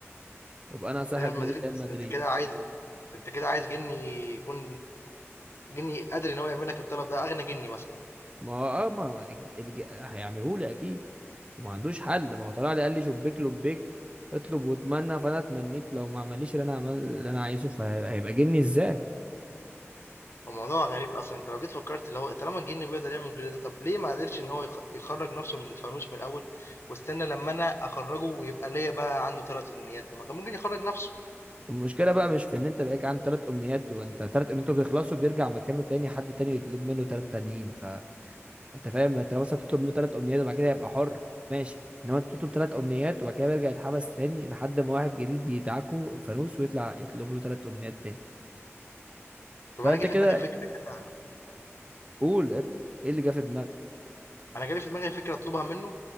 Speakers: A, on the right (about 25°); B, on the left (about 60°).
A: وابقى انا صاحب
B: ريال
A: نادي
B: مدريد،
A: ريال
B: بس
A: مدريد
B: ده أنت كده عايز انت كده عايز جني يكون جني قادر ان هو يعمل لك الطلب ده اغنى جني مثلا
A: ما هو اه ما الج- هيعمله لي اكيد وما عندوش حل ما هو طلع لي قال لي شبيك لبيك اطلب واتمنى فانا اتمنيت لو ما عمليش اللي انا عمل اللي انا عايزه فهيبقى جني ازاي
B: فالموضوع غريب اصلا انت لو جيت فكرت اللي هو طالما الجني بيقدر يعمل كل ده طب ليه ما قدرش ان هو يخ- يخرج نفسه من الفانوس من الاول واستنى لما انا اخرجه ويبقى ليا بقى عنده ثلاث امنيات طب ما كان ممكن يخرج نفسه
A: المشكلة بقى مش في ان انت بقيك عن ثلاث امنيات وانت ثلاث امنيات بيخلصوا بيرجع مكانه تاني حد تاني يطلب منه ثلاثة تانيين فانت فاهم انت لو مثلا تطلب منه ثلاث امنيات وبعد كده يبقى حر ماشي انما انت تطلب ثلاث امنيات وبعد كده بيرجع يتحبس تاني لحد ما واحد جديد يدعكه الفانوس ويطلع يطلب له ثلاث امنيات تاني
B: طب
A: فانت
B: انا جه في
A: كده
B: دماغي فكره كده
A: قول اط- ايه اللي جه في دماغك
B: انا جالي في دماغي فكره اطلبها منه